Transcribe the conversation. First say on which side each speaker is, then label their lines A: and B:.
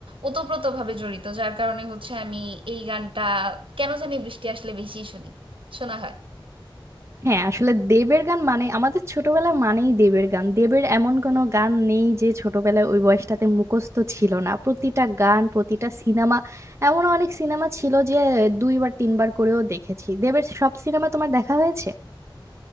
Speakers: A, on the right; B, on the right.
A: ওতপ্রোতভাবে জড়িত যার কারণে হচ্ছে আমি এই গানটা কেন জানি বৃষ্টি আসলে বেশি শুনি শোনা হয়
B: হ্যাঁ আসলে দেবের গান মানে আমাদের ছোটবেলা মানেই দেবের গান দেবের এমন কোনো গান নেই যে ছোটবেলায় ওই বয়সটাতে মুখস্থ ছিল না প্রতিটা গান প্রতিটা সিনেমা এমন অনেক সিনেমা ছিল যে দুইবার তিনবার করেও দেখেছি দেবের সব সিনেমা তোমার দেখা হয়েছে